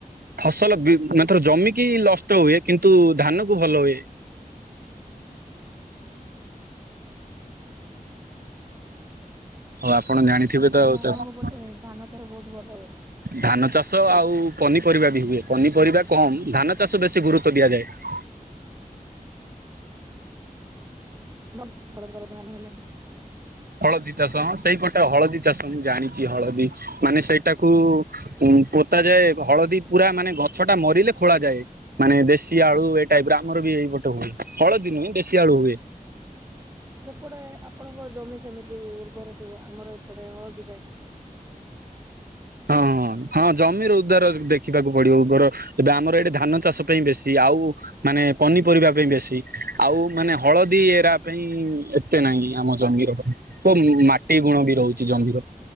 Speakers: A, on the right; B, on the right.
A: ଫସଲ ଏଥର ଜମିିକି ନଷ୍ଟ ହୁଏ କିନ୍ତୁ ଧାନ କୁ ଭଲ ହୁଏ। ହଉ ଆପଣ ଜାଣିଥିବେ
B: ତାହେଲେ
A: ତ ଆଉ ଚାଷ
B: ଆପଣଙ୍କ ପଟେ ଧାନ ଚାଷ ବହୁତ ଭଲ ହୁଏ।
A: ଧାନ ଚାଷ ଆଉ ପନିପରିବା ବି ହୁଏ ପନିପରିବା କମ ଧାନ ଚାଷ ବେଶୀ ଗୁରୁତ୍ୱ ଦିଆଯାଏ।
B: ଆମ ବଣଙ୍କର ଧାନ ହେଲେ।
A: ହଳଦୀ ଚାଷ ହଁ ସେଇ ଗୋଟେ ହଳଦୀ ଚାଷ ମୁଁ ଜାଣିଛି ହଳଦୀ ମାନେ ସେଇଟାକୁ ଉ ପୋତା ଯାଏ ହଳଦୀ ପୁରା ମାନେ ଗଛ ଟା ମରିଲେ ଖୋଳା ଯାଏ। ମାନେ ଦେଶୀ ଆଳୁ ଏଇ ଟାଇପ ର ଆମର ବି ଏଇପଟେ ହୁଏ ହଳଦୀ ନୁହେଁ ଦେଶୀ ଆଳୁ ହୁଏ।
B: ସେପଟେ ଆପଣଙ୍କ ଜମି ସେମିତି ଉର୍ବର ଥିବ ଆମର ଏପଟେ ହଳଦୀ ପାଇଁ।
A: ହଁ ହଁ ହଁ ଜମିର ଉଦ୍ଧାର ଦେଖିବାକୁ ପଡିବ ଉଗର। ଏବେ ଆମର ଏଇଠି ଧାନ ଚାଷ ପାଇଁ ବେଶୀ ଆଉ ମାନେ ପନିପରିବା ପାଇଁ ବେଶୀ ଆଉ ମାନେ ହଳଦୀ ଏରା ପାଇଁ ଏ ଏତେ ନାହିଁ ଆମ ଜମିର କୋ ମାଟି ଗୁଣ ବି ରହୁଛି ଜମିର।